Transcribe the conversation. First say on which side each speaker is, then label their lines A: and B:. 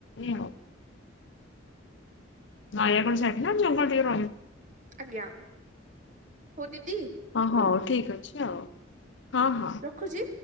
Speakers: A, on the left; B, on the right.
A: ଏଇ ଆଉ। ନୟାଗଡ ସାଇଟ ନା ଜଙ୍ଗଲ ଟିକେ ରହେ।
B: ଆଜ୍ଞା ହଉ ଦିଦି
A: ହଁ ହଉ ଠିକ ଅଛି ଆଉ ହଁ ହଁ।
B: ଖୁଚି।